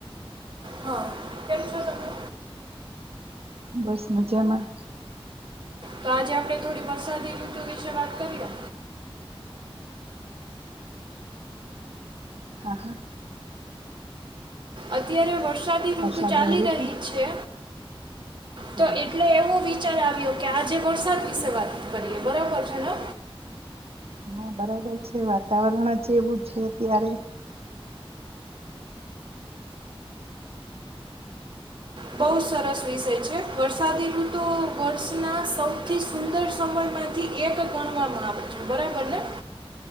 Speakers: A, on the right (about 50°); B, on the right (about 80°).
A: હા કે છ તમે?
B: બસ મજામાં.
A: તો આજે આપડે થોડી વરસાદી ઋતુ વિશે વાત કરીએ.
B: હા હા.
A: અત્યારે વર્ષ સાદી
B: વરસાદની
A: ઋતુ ચાલી
B: ઋતુ
A: રહી છે.
B: હા
A: તો એટલે એવું વિ વિચાર આવ્યો કે આજે વરસાદ વિશે વાત કરીએ બરાબર છે ને.
B: હા બરાબર છે વાતાવરણ જ એવું છે અત્યારે.
A: બહ સરસ વિષય છે વરસાદી ઋતુ વર્ષના સૌથી સુંદર સમયમાંથી એક ગણવામાં આવે છે બરાબર ને.